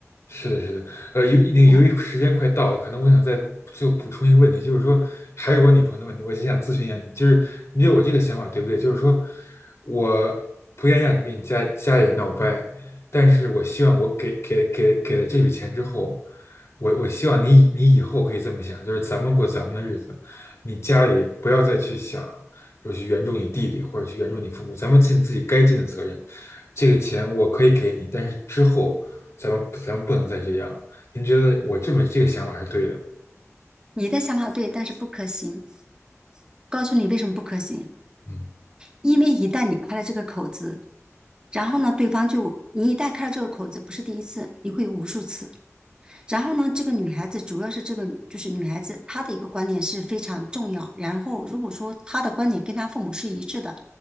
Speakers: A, on the left; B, on the right.
A: 是的，是的，呃，由那个由于时间快到了，
B: 嗯。
A: 可能我想再后补充一个问题，就是说还是我女朋友的问题，我就想咨询一下你，就是你觉得我这个想法对不对？就是说我不愿意让你跟你家家里人闹掰，但是我希望我给给给给了这笔钱之后，我我希望你以你以后可以这么想，就是咱们过咱们的日子，你家里不要再去想，就是去援助你弟弟或者去援助你父母，咱们尽自己该尽的责任。这个钱我可以给你，但是之后。咱们咱们不能再这样了。您觉得我这么这个想法是对的
B: 你的想法对，但是不可行。告诉你为什么不可行，
A: 嗯，
B: 因为一旦你开了这个口子，然后呢，对方就你一旦开了这个口子，不是第一次，你会有无数次。然后呢，这个女孩子主要是这个就是女孩子她的一个观点是非常重要。然后如果说她的观点跟她父母是一致的，